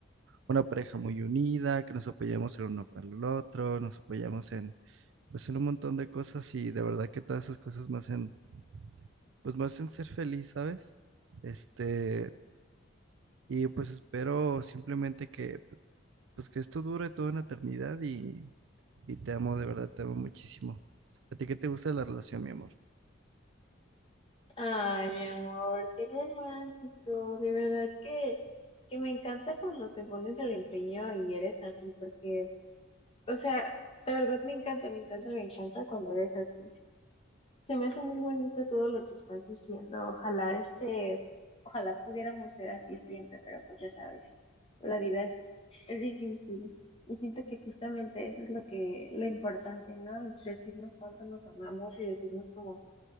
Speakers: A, on the right (about 70°); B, on the left (about 30°).
A: una pareja muy unida, que nos apoyemos el uno para el otro, nos apoyamos en pues en un montón de cosas y de verdad que todas esas cosas me hacen pues me hacen ser feliz, ¿sabes? Este, y pues espero simplemente que pues que esto dure toda una eternidad y y te amo, de verdad, te amo muchísimo. ¿A ti qué te gusta de la relación, mi amor?
B: Ay, mi amor, qué romántico, de verdad que, que me encanta cuando te pones el empeño y eres así, porque O sea, de verdad me encanta, me encanta, me encanta cuando es así. Se me hace muy bonito todo lo que estás diciendo. Ojalá este, ojalá pudiéramos ser así siempre, pero pues ya sabes, la vida es, es difícil. Y siento que justamente eso es lo que, lo importante, ¿no? Decirnos cuánto nos amamos y decirnos como